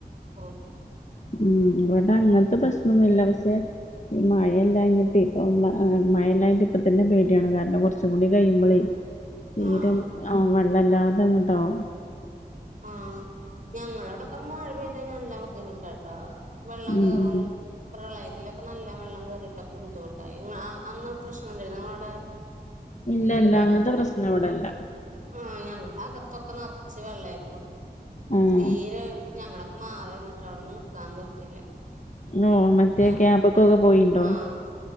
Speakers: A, on the right (about 50°); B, on the left (about 45°).
A: ഓ
B: ഉം ഇവടെ അങ്ങനത്തെ പ്രശ്നം ഒന്നുല്ല പക്ഷെ ഈ മഴയല്ല കഞ്ഞിട്ട് ഇപ്പ മഴയല്ലഞ്ഞിട്ട് ഇപ്പ തന്നെ പേടിയാണ് കാരണം കുറച്ചും കൂടി കഴിയുമ്പോളേ തീരം
A: ആഹ്
B: ആ വെള്ളല്ലാതെ ഇങ്ങട്ടാവും
A: ആഹ് ഞങ്ങളെ ഇവടൊക്കെ മഴ പെയ്ത നല്ല ബുദ്ധിമുട്ടാട്ടോ വെള്ളം
B: ഉം
A: കേറും
B: ഉം
A: പ്രളത്തിലൊക്കെ നല്ല വെള്ളം കയറിയിട്ടൊക്കെ ബുദ്ധിമുട്ടായി അന്ന് പ്രശ്ം എന്തും നിങ്ങളവിടെ
B: ഇല്ല ഇല്ല അങ്ങനത്തെ പ്രശ്നം ഇവിടെല്ല
A: ആഹ് ഞങ്ങ അകത്തൊക്കെ നർച്ച് വെള്ളയിരുന്നു
B: ആഹ്
A: തീരെ ഞങ്ങളെ മാറി നിന്നിട്ട് അവിടുന്ന് നിക്കാൻ പറ്റില്ല
B: ഓ മറ്റേ
A: ആഹ്
B: ക്യാബക്കൊക്കെ പോയിണ്ടോ
A: ആഹ്